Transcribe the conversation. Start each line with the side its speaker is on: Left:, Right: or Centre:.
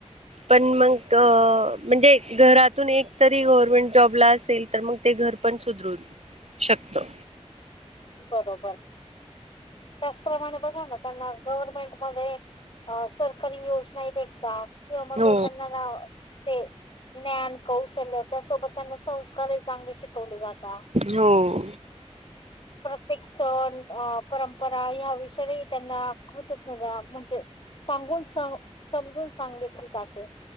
Right: पण मग म्हणजे घरातून एक तरी गव्हर्मेंट जॉबला असेल तर मग घर पण सुधरू शकतं
Left: बरोबर त्याचप्रमाणे बघा ना त्यांना गव्हर्मेंटमध्ये सरकारी योजना भेटतात किं मग
Right: हो
Left: त्यांना ना ते ज्ञान कौशल्य त्यासोबत त्यांना संस्कारही चांगले शिकवले जातात
Right: हो
Left: प्रत्येक सण अ परंपरा ह्या विषयही त्यांना होतात ना म्हणजे सांगून स समजून सांगितली जाते